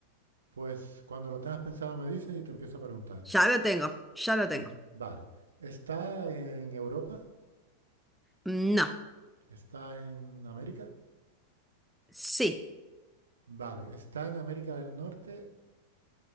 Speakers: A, on the right (about 70°); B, in the centre.
A: Pues cuando lo tengas pensado me dices y te empiezo a preguntar.
B: ya lo tengo, ya lo tengo.
A: Mm, Vale, ¿está en Europa?
B: No,
A: ¿Está en América?
B: sí.
A: Vale, está en América del Norte,